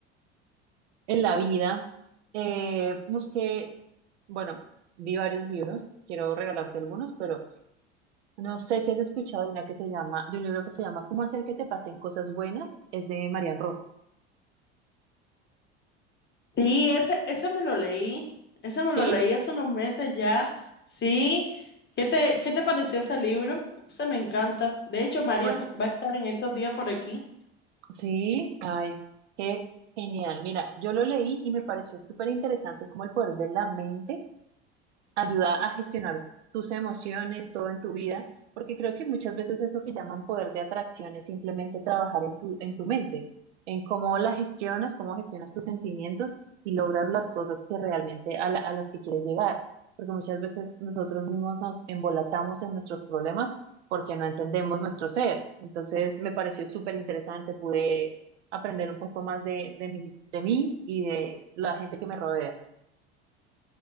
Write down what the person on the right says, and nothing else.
en la vida. Eh, busqué, bueno, vi varios libros, quiero regalarte algunos, pero no sé si has escuchado de una que se llama, de un libro que se llama ¿Cómo hacer que te pasen cosas buenas? Es de Marian Rojas.
¿Sí?
Pues
Sí, ay, qué genial. Mira, yo lo leí y me pareció súper interesante como el poder de la mente ayuda a gestionar tus emociones, todo en tu vida, porque creo que muchas veces eso que llaman poder de atracción es simplemente trabajar en tu, en tu mente, en cómo la gestionas, cómo gestionas tus sentimientos y logras las cosas que realmente a, la- a las que quieres llegar, porque muchas veces nosotros mismos nos embolatamos en nuestros problemas porque no entendemos nuestro ser. Entonces me pareció súper interesante, pude aprender un poco más de, de mí, de mí y de la gente que me rodea.